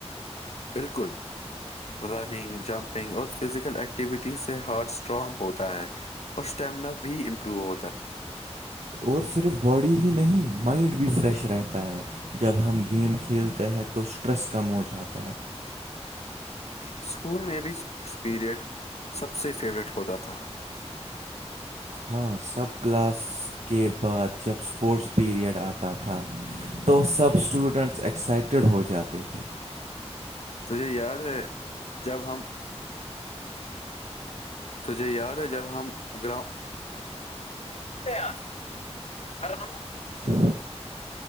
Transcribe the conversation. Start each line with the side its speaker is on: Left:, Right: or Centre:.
Left: بالکل رننگ جمپنگ اور فزیکل ایکٹیویٹی سے ہارٹ اسٹرانگ ہوتا ہے اور اسٹیمنا بھی امپروو ہوتا ہے
Right: اور صرف باڈی ہی نہیں مائنڈ بھی فریش رہتا ہے جب ہم گیم کھیلتے ہیں تو اسٹریس کم ہو جاتا ہے
Left: اسکول میں بھی اسپورٹس پیریڈ سب سے فیوریٹ ہوتا تھا
Right: ہاں سب کلاس کے بعد جب اسپورٹس پیریڈ آتا تھا تو سب اسٹوڈنٹس ایکسائٹیڈ ہو جاتے تھے
Left: تجھے یاد ہے جب ہم تجھے یاد ہے جب ہم گراؤ آ سے آرام
Right: ف